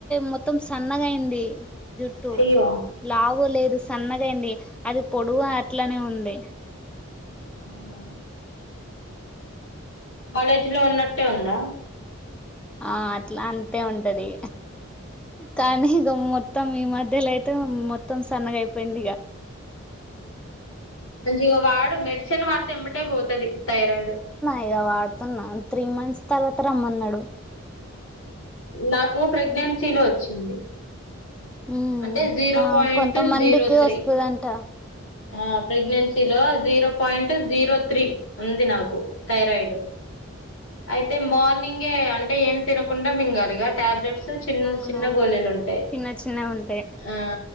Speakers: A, in the centre; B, on the left.
A: మొత్తం సన్నగాయింది జుట్టు
B: అయ్యో
A: లావు వు లేదు సన్నగాైంది అది పొడువు అట్లనే ఉంది
B: అవునా కాలేజీలో ఉన్నట్టే ఉందా
A: ఆ అట్లా అంతే ఉంటది కానీ
B: అదే
A: ఇ మొత్తం ఈ మధ్యలో అయితే మొత్తం సన్నగాయిపోయింది ఇగ
B: మంచిగా వాడు మెడిసిన్ వాడితే ఎమ్మటే పోతది థైరాయిడ్
A: ఏదో వాడుతున్నా త్రీ మంత్స్ తర్వాత రమ్మన్నాడు
B: నాకు ప్రెగ్నెన్సీలో వచ్చింది
A: ఉమ్
B: అంటే జీరో
A: ఆ
B: పాయింట్
A: కొంతమందికి
B: జీరో త్రీ
A: వస్తదంట
B: ఆ ప్రెగ్నెన్సీలో జీరో పాయింట్ జీరో త్రీ ఉంది నాకు థైరాయిడ్ అయితే
A: అవునా
B: మార్నింగే అంటే ఏం తినకుండా మింగలిగా టాబ్లెట్స్ చిన్న
A: అవునవును
B: చిన్న గోళీలుంటాయి
A: చిన్న చిన్నవి ఉంటాయి
B: ఆ